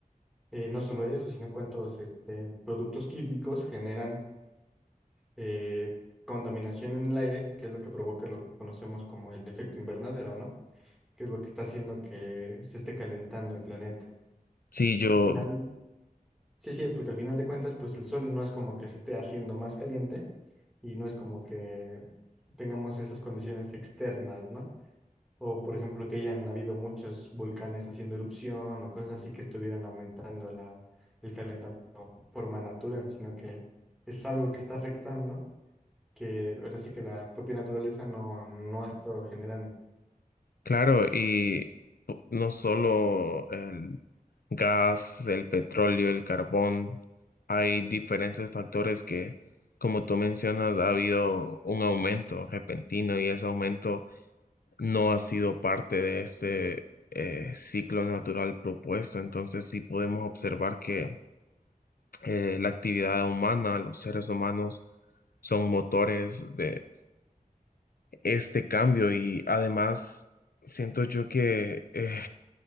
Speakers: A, in the centre; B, on the left.
A: Eh, no solo eso, sino cuántos este, productos químicos generan eh, contaminación en el aire, que es lo que provoca lo que conocemos como el efecto invernadero, ¿no? Que es lo que está haciendo que se esté calentando el planeta.
B: Sí,
A: Porque
B: yo,
A: al final, sí, sí, porque al final de cuentas, pues el sol no es como que se esté haciendo más caliente y no es como que tengamos esas condiciones externas, ¿no? O, por ejemplo, que hayan habido muchos volcanes haciendo erupción o cosas así que estuvieran aumentando la, el calentamiento de forma natural, sino que es algo que está afectando, que ahora sí que la propia naturaleza no, no ha estado generando.
B: claro, y no solo el gas, el petróleo, el carbón. Hay diferentes factores que, como tú mencionas, ha habido un aumento repentino y ese aumento no ha sido parte de este eh, ciclo natural propuesto. Entonces sí podemos observar que eh, la actividad humana, los seres humanos, son motores de este cambio y además siento yo que eh,